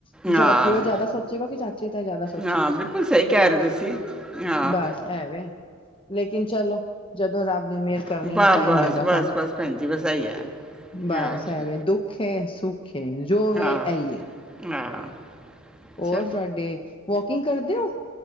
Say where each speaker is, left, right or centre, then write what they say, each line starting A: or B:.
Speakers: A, on the left; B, in the centre.
A: ਤੇ
B: ਹਾਂ
A: ਸਾਡਾ ਪਿਓ ਜ਼ਿਆਦਾ ਸੋਚੇਗਾ, ਕਿ ਚਾਚੇ ਤਾਏ ਜ਼ਿਆਦਾ ਸੋਚਣਗੇ।
B: ਹਾਂ ਬਿਲਕੁਲ ਸਹੀ ਕਹਿ ਰਹੇ ਤੁਸੀ, ਹਾ।
A: ਬਸ ਐਵੇਂ ਲੇਕਿਨ ਚਲੋ ਜਦੋਂ ਰੱਬ ਨੇ ਮਿਹਰ ਕਰਨੀ
B: ਬਾ
A: ਹੈ, ਤਾਂਹੀ
B: ਬਸ
A: ਹੋਏਗਾ
B: ਬਸ
A: ਕਮ
B: ਬਸ ਭੈਣ ਜੀ ਬਸ ਆਈ ਹੈ
A: ਬਸ
B: ਆਹ
A: ਹੈਵੇ ਦੁਖ ਹੈ, ਸੁਖ ਹੈ, ਜੋ ਵੇ,
B: ਆਹ
A: ਐਈ ਹੈ।
B: ਆਹ
A: ਹੋਰ
B: ਚਲੋ
A: ਤੁਹਾਡੇ, ਵਾਕਿੰਗ ਕਰਦੇ ਹੋ।